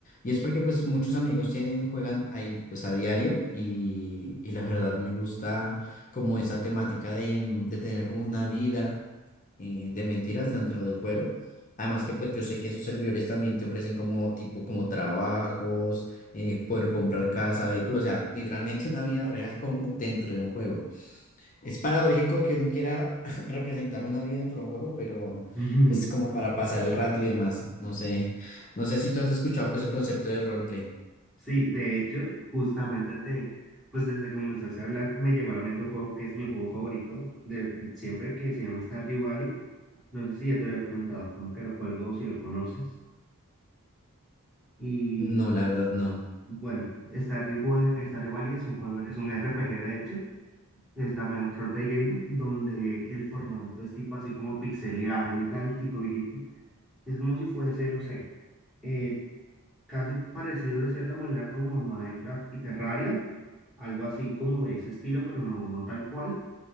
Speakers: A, on the left; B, in the centre.
A: Y es porque pues muchos amigos tienen, juegan ahí pues a diario y, y la verdad me gusta como esa temática de, mm, de tener como una vida eh, de mentiras dentro del juego. Además que pues yo sé que esos servidores también te ofrecen como tipo como trabajos, eh, poder comprar casa, vehículo o sea, literalmente una vida real como dentro de un juego. Es paradójico que uno quiera <laughs> representar una vida dentro de un juego, pero
B: <laughs>
A: pues como para pasar el rato y demás. No sé, no sé si tú has escuchado pues el concepto de roleplay.
B: Sí, de hecho, justamente te, pues desde que comenzaste a hablar, me llegó a la mente un juego que es mi juego favorito de siempre, que se llama Stardew Valley. No sé si ya te había comentado como que lo juego, o si lo conoces. Y
A: No, la verdad no.
B: bueno, Stardew, jue- Stardew Valley es un juego, es un RPG de hecho, es también un roleplay game donde el formato es tipo así como pixeleado y tal, tipo viejito. Es como si fuese, no sé, eh, casi parecido de cierta manera como a Minecraft y Terraria, algo así como de ese estilo, pero no, no tal cual.